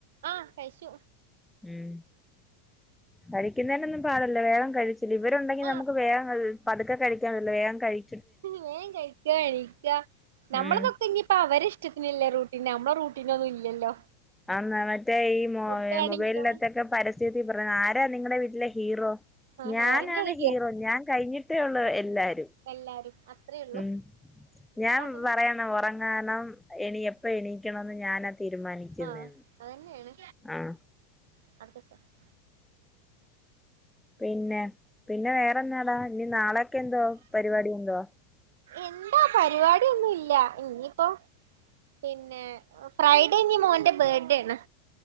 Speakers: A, on the right; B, in the centre.
A: ആഹ കഴിച്ചു
B: ഉം കഴിക്കുന്നെനൊന്നും പാടില്ല വേഗം കഴി ഇവരുണ്ടെങ്കിൽ
A: ആഹ്
B: നമുക്ക് വേഗം <inaudible> പതുക്കെ കഴിക്കാൻ <inaudible> വേഗം കഴി
A: വേം കഴിക്ക എണീക്ക നമ്മളതൊക്കെ
B: ഉം
A: ഇനി പ്പ അവരിഷ്ടത്തിനല്ലേ റൂട്ടീന് നമ്മടെ റൂട്ടീനൊന്നും ഇല്ലല്ലോ
B: ആന്ന് മറ്റേ ഈ
A: ഫുഡാണെങ്കിലും
B: മൊബൈലിലത്തൊക്കെ പരസ്യതി പറഞ്ഞ ആരാ നിങ്ങളുടെ വീട്ടിലെ ഹീറോ
A: ആഹ്
B: ഞാനാണ്
A: ഓരന്നേണ്
B: ഹീറോ ഞാൻ കഴിഞ്ഞിട്ടേയുള്ള് എല്ലാരും
A: എല്ലാരും അത്രേ ഉള്ളൂ
B: ഉം ഞാൻ
A: അതന്നെ
B: പറയണം ഉറങ്ങാനും എനി എപ്പ എണീക്കണന്ന് ഞാനാ തീരുമാനി ക്ക്യുന്നെ
A: ആഹ് അതന്നേണ്
B: ആഹ
A: <unintelligible>
B: പിന്നെ പിന്നെവേറെന്നാടാ ഇനി നാളെക്കെ എന്തോ പരിപാടി എന്തുവാ?
A: എന്താ പരിപാടി ഒന്നും ഇല്ല ഇനിയിപ്പോ പിന്നെ ഫ്രൈഡേനി മോന്റെ ബേർഡേ ആണ്